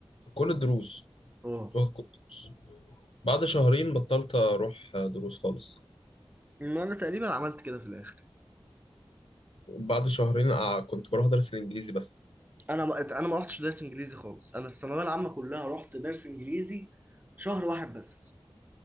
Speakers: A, on the left; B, on the right.
A: كل الدروس
B: اه
A: كنت باخد كل الدروس بعد شهرين بطلت اروح آه، دروس خالص
B: ما انا تقريبا عملت كده في الاخر
A: بعد شهرين آه، كنت بروح ادرس الانجليزي بس
B: انا ما انا ما رحتش درس انجليزي خالص انا الثانويه العامه كلها رحت درس انجليزي شهر واحد بس